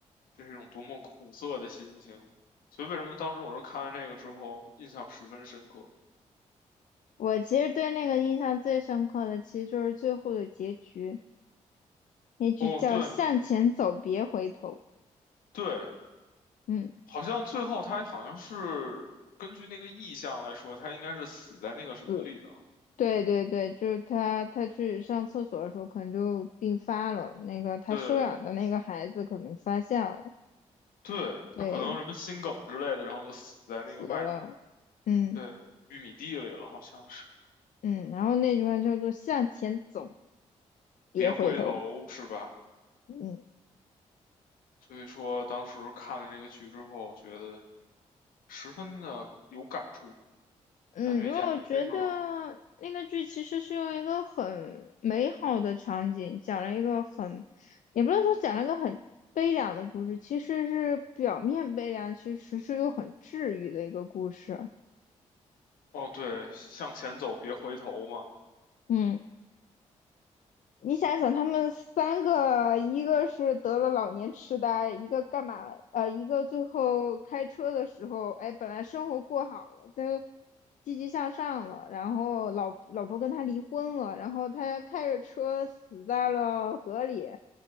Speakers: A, on the left (about 75°); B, on the left (about 60°).
A: 这是一种多么苦涩的心情。所以为什么当时我说看完这个之后印象十分深刻？
B: 我其实对那个印象最深刻的，其实就是最后的结局，那句叫“向前走，
A: 哦，对
B: 别回头”。
A: 对，
B: 嗯，
A: 好像最后他好像是根据那个意象来说，他应该是死在那个什么里的。
B: 嗯，对对对，就是他，他去上厕所的时候，可能就病发了。那个他收养的那个孩子可能发现了，
A: 对对，
B: 对，
A: 他可能什么心梗之类的，然后就死在那个麦，
B: 死了。嗯
A: 对，玉米地里了，好像是。
B: 嗯，然后那句话叫做“向前走，别回头”。
A: 别回头是吧？
B: 嗯。
A: 所以说当时看了这个剧之后，觉得十分的有感触，
B: 嗯，
A: 感觉演得非常的好。
B: 因为我觉得那个剧其实是用一个很美好的场景，讲了一个很，也不能说讲了一个很悲凉的故事，其实是表面悲凉，其实是又很治愈的一个故事。
A: 哦，对，向前走，别回头嘛。
B: 嗯。你想想，他们三个，一个是得了老年痴呆，一个干嘛了？呃，一个最后开车的时候，哎，本来生活过好了，都积极向上了，然后老老婆跟他离婚了，然后他开着车死在了河里。